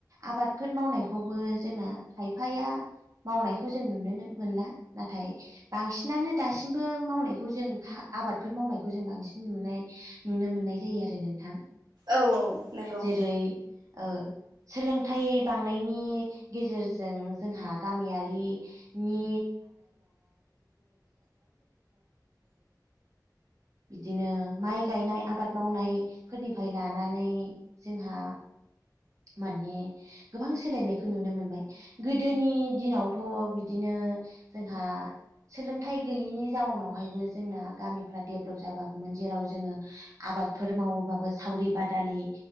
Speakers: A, on the right; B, on the right.
A: आबादफोर मावनायखौबो जोंना खायफाया मावनायखौ जों नुनोनो मोनला नाथाय बांसिनानो दासिमबो मावनायखौ जों आबादफोर मावनायखौ जों बांसिन नुनाय नुनो मोननाय जायो आरो नोंथां।
B: औ औ नंगौ।
A: जेरै ओ सोलोंथाइ बांनायनि गेजेरजों जोंहा गामियारि नि बिदिनो माइ गायनाय आबाद मावनायफोरनिफ्राय लानानै जोंहा माने गोबां सोलायनायखौ नुनो मोनबाय गोदोनि दिनावथ' बिदिनो ओ जोंहा सोलोंथाइ गैयैनि जाउनावहायबो जोंना गामिफ्रा देब लब जाबोआखैमोन जेराव जोङो आबादफोर मावोबाबो सावरि बादालि